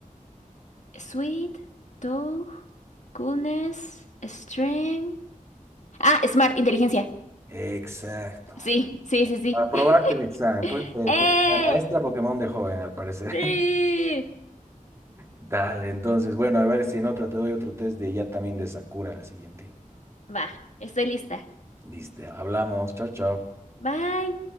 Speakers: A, on the left; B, on the right.
A: Sweet, tough, coolness, strength. Ah, smart, inteligencia.
B: Exacto.
A: Sí, sí, sí, sí.
B: Aprobaste
A: <laughs>
B: el examen. Pues, eh,
A: ¡Eh!
B: pues, la maestra Pokémon de joven, al parecer.
A: ¡Sí!
B: Dale, entonces, bueno, a ver si en otra te doy otro test de ya también de Sakura la siguiente.
A: Va, estoy lista.
B: Listo, hablamos, chao, chao.
A: Bye.